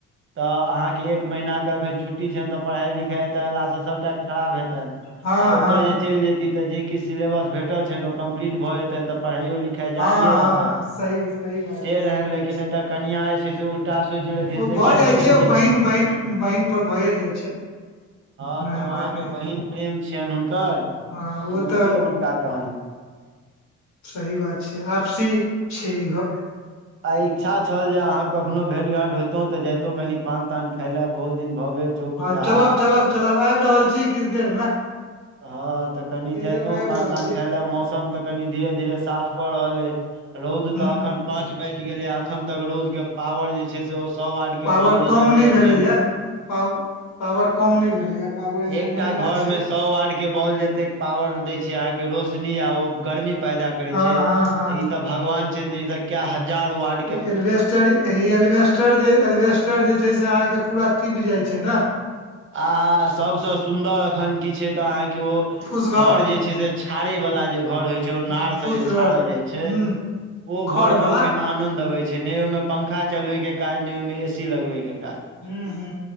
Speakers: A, on the right; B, on the left.
A: तऽ अहाँकेँ एक महीनाे एखन छुट्टी छैन तऽ पढ़ाइ लिखाई एतऽ अयलासँ सभ टा खराब हेतैन
B: हँ
A: आ ओतऽ
B: हँ
A: जे चैल जेती जे किछ सिलेस भेटल छैन ओ कम्पलीट भऽ जेतैन तऽ पढ़ायो लिख खेजारिये
B: हँ
A: रहतैन
B: हँ हँ सही सही बात
A: से
B: छै
A: रहैन
B: सही बात
A: लेकिन
B: छै
A: एतऽ कनिया जे छै से उल टा सोइच लेथिन
B: ओ
A: से
B: भऽ
A: किया
B: जाइ
A: नय गेलखिन
B: छै बहिन
A: ओ
B: बहिन बहिन पर भए जाइ छै
A: हँ
B: कोनो
A: तऽ
B: एहन
A: ओ
B: बात
A: अहाँकेँ
B: नहि
A: बहिन प्रेम छियेन हुनकर
B: हँ
A: ओहिमे
B: ओ तऽ
A: के हुनका कहनि
B: सही बात छै आपसी छै ई गप
A: आइ इच्छा छल जे अहाँ कखनो भेट घाट होयइतो तऽ जयइतहुँ कनि पान तान खाय लऽ बहुत दिन भऽ गेल चौक चौराहा
B: हँ चलब चलब चलब आइब रहल छी किछ देर मे
A: हँ तऽ कनि
B: किछु
A: जइतो
B: देर मे आबि
A: पान
B: रहल
A: तान
B: छी
A: खाय लऽ मौसम तऽ कनि धीरे - धीरे साफ कऽ रहल अइ रौद
B: हूँ
A: तऽ अखन पाँच बाइज गेलै आ अखन तक रौद केँ पावर जे छै से ओ सौ वाट के
B: पावर
A: बॉल जे
B: कम
A: जड़ैया
B: नइ भेलै
A: तेहन
B: ए पा पावर कम नय भेलैय पावर एकदम
A: एकटा
B: ओहिना
A: घर
B: छै
A: मे सौ वाट के बॉल जते पावर दै छै अहाँ के रोशनी आ ओ गर्मी पैदा करै
B: हँ
A: छै
B: हँ
A: तऽ
B: हँ
A: ई तऽ भगवान छथि इ तऽ कय हजार वाट
B: इ एलबेस्टर एहि एलबेस्टर जे एलबेस्टर जे छै से अहाँके पूरा तीप जाय छै ने
A: आहा सभसँ सुन्दर एखन की छै तऽ अहाँके ओ
B: फूसघर
A: घर जे छै से छड़े वला जे घर होइ छै ओ
B: ह
A: नार
B: फूसगर
A: से जे छाड़ल जाय छै
B: ह
A: ओ
B: खर
A: घर
B: बला
A: में एखन आनद अबे छै ने ओमे पंखा चलबे के काज ने ओहिमे मे ए सी लगबे के काज
B: ह ह